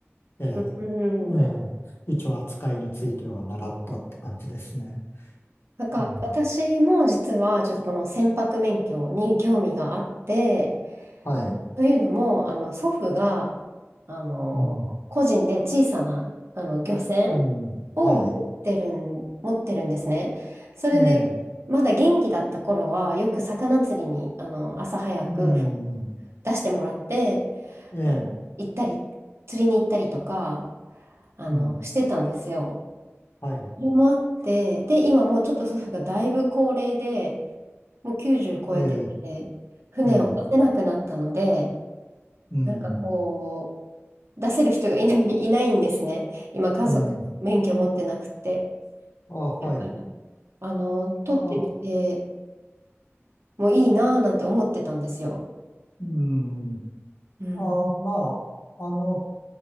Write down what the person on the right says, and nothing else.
うん。
なんか私も実はちょっとこの船舶免許に興味があって、
というのもあの祖父があの個人で小さなあの漁船
を持ってるん、
持ってるんですね。それでまだ元気だった頃はよく魚釣りにあの朝早く
出してもらって
あの行ったり釣りに行ったりとかあのしてたんですよ。
それもあって、で、今もうちょっと祖父がだいぶ高齢で、もう90超えてて、
船を出せなくなったので、
なんかこう、出せる人がいない、いないんですね。今、家族、
免許持ってなくて。
だから、
あの、取ってみて
もいいなぁなんて思ってたんですよ。
うん。